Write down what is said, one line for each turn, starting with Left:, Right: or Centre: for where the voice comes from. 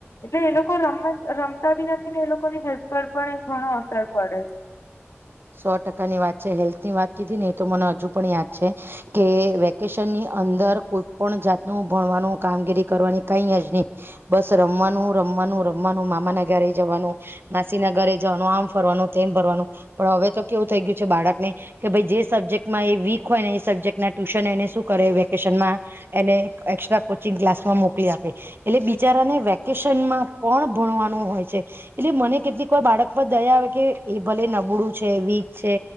Left: એટલે એ લોકો રમ રમતા બી નથી ને એ લોકોની હેલ્થ પર પણ ઘણો અસર પડે છે.
Right: સો ટકાની વાત છે હેલ્થ ની વાત કીધી ને એ તો મને હજુ પણ યાદ છે. કે વેકેશનની અંદર કોઈ પણ જાતનું ભણવાનું કામગીરી કરવાની કઈ જ નહી. બસ રમવાનું રમવાનું રમવાનું મામાના ઘરે જવાનું. માસીના ઘરે જવાનું આમ ફરવાનું તેમ ફરવાનું પણ હવે તો કેવું થઈ ગયું છે બાળકને કે ભાઈ જે સબ્જેક્ટમાં એ વીક હોય ને એ સબ્જેક્ટ ના ટ્યુશન એને શું કરે વેકેશનમાં એને એસ્ટ્રા કોચિંગ ક્લાસમાં મોકલી આપે. એટલે બિચારાને વેકેશનમાં પણ ભણવાનું હોય છે. એટલે મને કેટલીક વાર બાળક પર દયા આવે કે એ ભલે નબળું છે વીક છે.